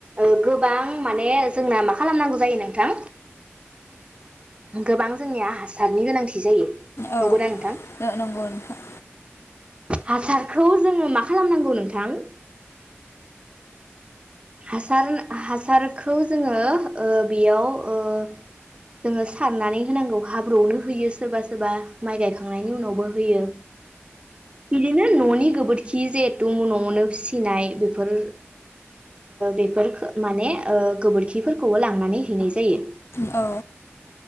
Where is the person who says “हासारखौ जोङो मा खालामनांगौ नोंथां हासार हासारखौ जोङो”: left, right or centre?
Right